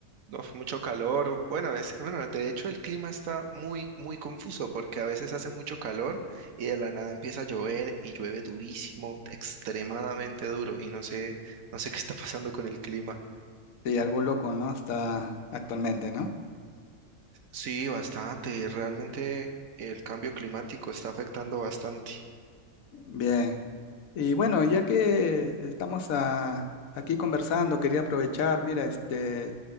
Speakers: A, on the right (about 80°); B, on the left (about 85°).
A: Uf, mucho calor. Bueno, es, bueno, de hecho el clima está muy, muy confuso porque a veces hace mucho calor y de la nada empieza a llover y llueve durísimo, extremadamente duro y no sé, no sé qué está pasando con el clima.
B: Sí, algo loco, ¿no? Está actualmente, ¿no?
A: Sí, bastante. Realmente el cambio climático está afectando bastante.
B: Bien. Y bueno, ya que estamos ah, aquí conversando, quería aprovechar, mira, este,